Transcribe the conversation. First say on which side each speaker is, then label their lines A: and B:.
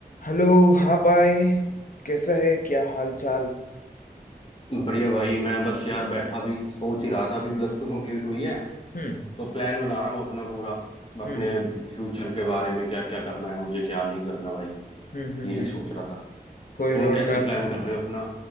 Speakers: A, on the left (about 60°); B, on the left (about 35°).
A: हेलो हाँ भाई कैसा है क्या हाल चाल
B: बढ़िया भाई मैं बस यार बैठा भी सोच ही रहा था अभी प्लस टू कंप्लीट हुई है
A: हम्म
B: तो प्लान बना रहा हूँ अपना पूरा अपने
A: हम्म हम्म
B: फ्यूचर के बारे में क्या क्या करना है मुझे क्या नहीं करना भाई
A: हम्म हम्म
B: यही
A: हम्म।
B: सोच रहा था
A: कोई
B: तुम
A: रोड
B: कैसे
A: मैप
B: प्लान कर रहे हो अपना